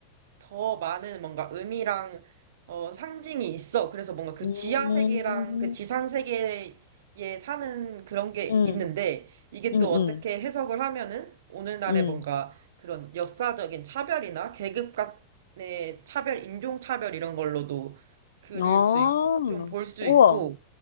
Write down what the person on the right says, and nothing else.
더 많은 뭔가 의미랑 어, 상징이 있어. 그래서 뭔가 그
지하 세계랑
그 지상 세계에 사는 그런 게
있는데 이게
또 어떻게
해석을 하면은 오늘날의
뭔가 그런 역사적인 차별이나 계급 간의 차별, 인종 차별 이런 걸로도 그릴
수 있고 좀 볼 수
있고